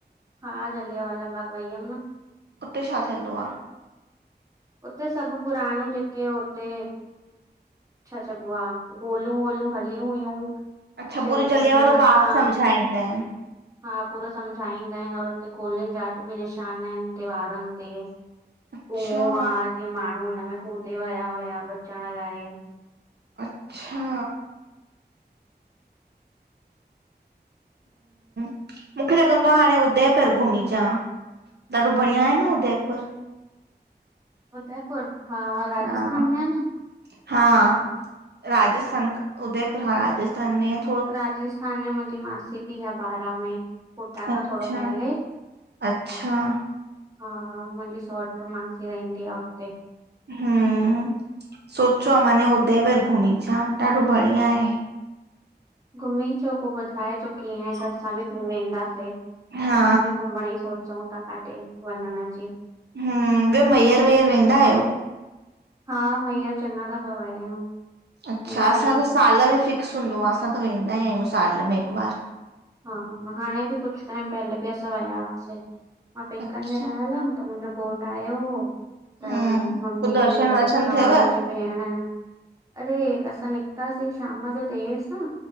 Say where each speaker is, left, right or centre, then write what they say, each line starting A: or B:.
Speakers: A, on the right; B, on the right.
A: हा जलियावाला बाग वईयम न।
B: उते छा थींदो आह?
A: उते सभ पुराणू जेकें उते छा चयबो आ गोलू-वोलू हली हुयूं।
B: अच्छा
A: शहीदनि
B: पूरो जलिया
A: जे
B: वारो
A: मथां
B: बाग समझा ईंदा आयेन।
A: हा पूरो समझाईं दायें और उते गोलिन जा अॼ बि निशान आहिन दिवारुन ते।
B: अच्छा
A: ख़ूह आ जीअं माणू हुनमें कूदे वया हुया बचण लाऐ।
B: अच्छा!
A: <unintelligible>
B: मूखे लगंदो आ, हाणे उदयपुर घुमीचा। ॾाढो बढ़िया आहे न उदयपुर?
A: उदयपुर, हा राजिस्थान
B: हा
A: में आ न।
B: हा! राजिस्थान उदयपुर हा राजिस्थान में आ न।
A: राजिस्थान में मुहिंजी मासी बि आ बारां में कोटा
B: अच्छा
A: खां थोड़ो पहेले।
B: अच्छा!
A: हा आ मुहिंजी सौट्र मासी रहिंदी आ उते।
B: हम्मम, सोचो आ माने उदयवर घुमी अचां, ॾाढो बढ़िया आहे।
A: घुमी अचो, पो ॿुधाए जो कीअं आये असां ॿि घुमी ईंदासीं,
B: हा
A: असां ॿि घुमण ई सोच चऊूंं ता काॾे वञण जी।
B: हुं ॿियो, मइयर वइयर वेंदा आहियो?
A: हा, मैयर चङा दफ़ा विया आहियूं।
B: अच्छा,
A: वेंदा
B: असां
A: आहियूं
B: त साल में फिक्स हूंदो आ, असां त वेंदा ई आहियूं साल में हिकु बार।
A: हा, हाणे बि कुछ टाइम पहले बि असां विया हासीं मां पेकनि
B: अच्छा
A: में रहल हुयमि त मुंहिंजो घोट आयो हो त
B: हम्म
A: मम्मी
B: पो दर्शन
A: मुंहिंजा
B: वर्शन
A: पपा
B: थियव?
A: मुंहिंजी भेण, अरे, असां निकितासीं शाम जो देर सां